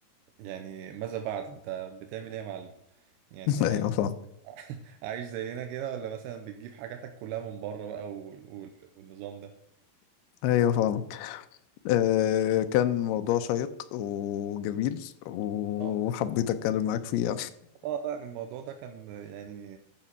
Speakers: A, on the right; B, on the left.
A: يعني ماذا بعد انت بتعمل ايه يا معلم يعني
B: <laughs> ايوه
A: <laughs>
B: فاهم
A: عايش زينا كده ولا مثلا بتجيب حاجاتك كلها من بره بقى وال... وال... والنظام ده
B: ايوه فاهمك آه كان موضوع شيق وجميل وحبيت
A: اه
B: اتكلم معاك فيه
A: اه لا الموضوع ده كان يعني